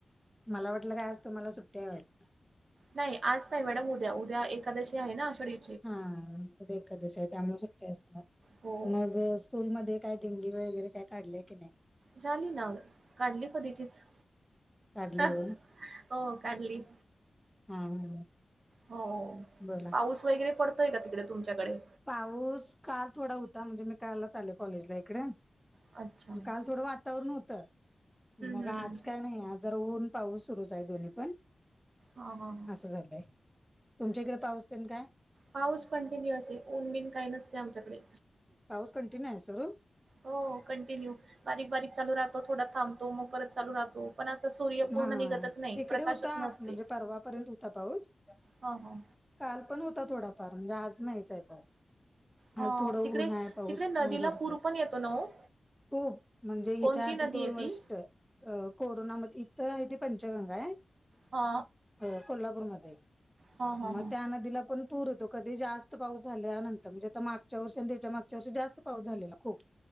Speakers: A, in the centre; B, on the right.
A: मला वाटलं काय आज तुम्हाला सुट्टी आहे वाटल.
B: नाही आज नाही मॅडम उद्या उद्या एकादशी आहे आषाढी.
A: हा एकादशी आहे, त्यामुळे सुट्टी असणार
B: हो
A: मग- स्कूल मध्ये काय ते ऍक्टिव्हिटी वगैरे काय काढले की नाही?
B: झाली ना मधे काढली कधीचीचं.
A: काढली
B: हां
A: होय
B: हो काढली.
A: हा हा
B: हो हो
A: बोला
B: पाऊस वगैरे पडतोय का तिकडे तुमच्याकडे?
A: पाऊस काल थोडा होता म्हणजे मी कालच आले कॉलेजला इकड.
B: अच्छा
A: मग
B: हम्म
A: काल थोडं वातावरण होतं. मग
B: हम्म
A: आज
B: हम्म.
A: काय नाही आज जरा ऊन पाऊस सुरूच आहे दोन्ही पण.
B: हा हा हा.
A: असं झालंय तुमच्या इकडे पाऊस टेन काय?
B: पाऊस कंटिन्युअस आहे, ऊन बिन काही नसते आमच्याकडे.
A: पाऊस कंटिन्यू आहे सुरू.
B: हो कंटिन्यू बारीक बारीक चालू राहतो, थोडा थांबतो मग परत चालू राहतो. पण असं सूर्य पूर्ण
A: हा
B: निघतचं नाही
A: इकडे
B: प्रकाशचं
A: होता
B: नसते.
A: म्हणजे परवापर्यंत होता पाऊस
B: हां हां
A: काल पण होता थोडाफार म्हणजे आज नाहीचं आहे पाऊस.
B: हा
A: आज थोडं
B: तिकडे
A: ऊन आहे, पाऊस
B: तिकडे नदीला
A: ऊन थोडा
B: पूर
A: पाऊस.
B: पण येतो ना ओ?
A: हो म्हणजे ह्याच्या
B: कोणती
A: आधी
B: नदी
A: दोन
B: आहे
A: वर्ष
B: ती?
A: होत. अ कोरोनामधे इथं आहे ते पंचगंगा आहे.
B: हा
A: हो कोल्हापूरमध्ये आहे,
B: हा हा
A: मग
B: हा.
A: त्या नदीला पण- पूर येतो कधी जास्त पाऊस झाल्यानंतर म्हणजे आता मागच्या वर्षी आणि त्याच्या मागच्या वर्षी जास्त पाऊस झालेला खूप